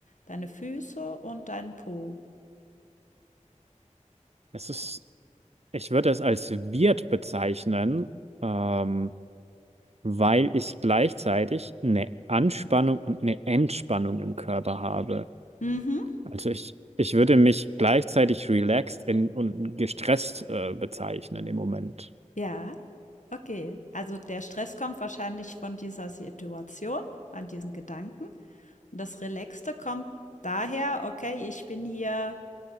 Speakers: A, on the left; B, on the right.
A: deine Füße und deinen Po.
B: Es ist, ich würde es als Wirt bezeichnen, ähm, weil ich gleichzeitig eine Anspannung und eine Entspannung im Körper habe.
A: Mhm.
B: Also ich, ich würde mich gleichzeitig relaxed in, und gestresst äh, bezeichnen im Moment.
A: Ja, okay. Also, der Stress kommt wahrscheinlich von dieser Situation, an diesen Gedanken und das Relaxte kommt daher: „Okay, ich bin hier